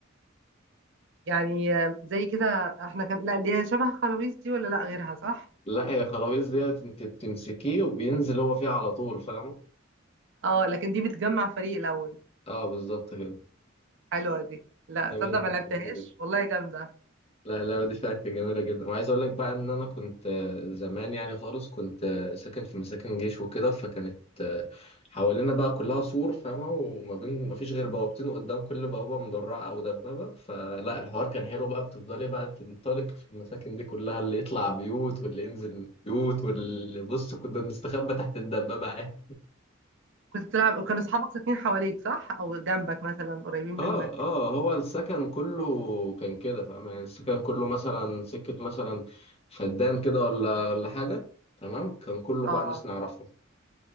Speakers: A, on the right; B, on the left.
A: يعني آه، زي كده احنا كان لا اللي هي شبه خلاويص دي ولا لا غيرها صح
B: لا يا خلاويص ديت انت بتمسكيه وبينزل هو فيها على طول فاهمه
A: اه لكن دي بتجمع فريق الاول
B: اه بالظبط كده
A: حلوه دي لا
B: اللعبة
A: تصدق
B: دي
A: ما
B: كانت
A: لعبتهاش
B: جميلة جدا
A: والله جامده
B: لا اللعبة دي فيها جميلة جدا وعايز أقول لك بقى إن أنا كنت آه، زمان يعني خالص كنت آه، ساكن في مساكن جيش وكده فكانت آه، حوالينا بقى كلها سور فاهمة وما بين ما فيش غير بوابتين قدام كل بوابة مدرعة أو دبابة فلا الحوار كان حلو بقى بتفضلي بقى تنطلق في المساكن دي كلها اللي يطلع بيوت واللي ينزل من بيوت واللي بص كنا بنستخبى تحت الدبابة عادي
A: كنت بتلعب وكانوا اصحابك ساكنين حواليك صح او جنبك مثلا قريبين منك
B: اه اه هو السكن كله كان كده فاهم يعني السكن كله مثلا سكة مثلا فدان كده ولا ولا حاجة تمام كان كله
A: اه
B: بقى ناس نعرفهم